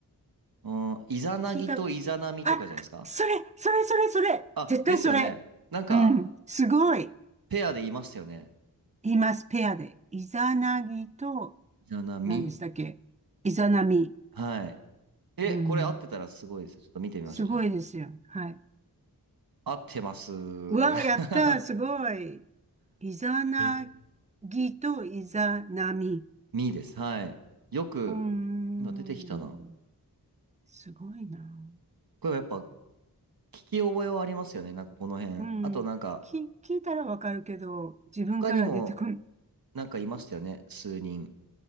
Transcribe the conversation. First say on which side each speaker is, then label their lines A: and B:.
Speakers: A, on the right; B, on the right.
A: うん、イザナギとイザナミとかじゃないですか
B: 聞いた。あ、それ、それ、それ、それ。
A: あ、
B: 絶対それ。
A: ですよね。なんか、
B: うん。すごい。
A: ペアでいましたよね。
B: 言います。ペアで。イザナギと、
A: じゃなみ
B: 何でしたっけイザナミ。
A: はい。え、
B: うん。
A: これ合ってたらすごいです。ちょっと見てみましょう、
B: すごいですよ。
A: じゃ
B: はい。
A: あ。合ってます。<laughs>
B: うわ、やった、すごい。イザナ
A: え、
B: ギとイザナミ。
A: みです。はい。よく、
B: うーん、
A: 今出てきたな。
B: すごいな。
A: これはやっぱ、聞き覚えはありますよね。なんかこの辺。
B: うん、
A: あとなんか、
B: き、聞いたらわかるけど、自分から出てこん、
A: 他にも、なんかいましたよね。数人。